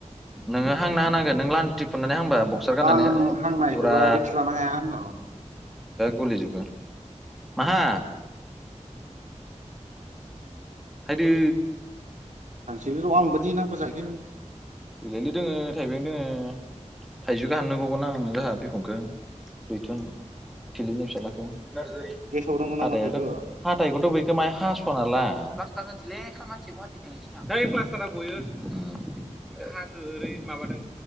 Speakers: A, in the centre; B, on the right.
A: नोङो हांना होनांगोन नों लान्थि खुनानै हांबा बक्सार गाननानै
B: आं
A: ओय
B: हांनायखौबा
A: फुरा।
B: रिक्स लानो हाया आङो
A: गलि जोबगोन माहा। फैदो।
B: थांसनि र' आं बायदि नांगौ जाहैगोन।
A: एलायलै दोङो थाइबें दोङो थाइजौखौ हाननोबावगोन आङो जोंहा बिफांखौ रैथुन फिलिपनि फिसाज्लाखौ नारजारि
B: गेसाव दोङो नामा
A: हाथाइाथ'
B: थाइजौआ
A: हाथाइखौथ' बेैखौ मा हास'ना ला प्लास्टार होनसैलै खामानसो गौवाहाटि थांनोसै ना। थोर प्लास्टारा गयो ओ ओरै माबादों